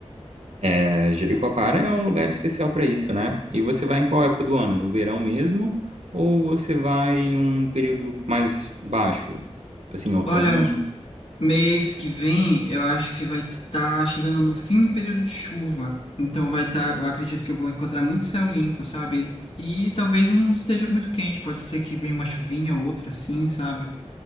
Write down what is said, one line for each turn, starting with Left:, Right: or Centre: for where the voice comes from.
Right: É, Jericoacoara é um lugar especial para isso, né? E você vai em qual época do ano? No verão mesmo? Ou você vai em um período mais baixo? Assim, outono?
Left: Olha, mês que vem eu acho que vai estar chegando no fim do período de chuva. Então vai estar, eu acredito que eu vou encontrar muito céu limpo, sabe? E talvez não esteja muito quente, pode ser que venha uma chuvinha ou outra assim, sabe?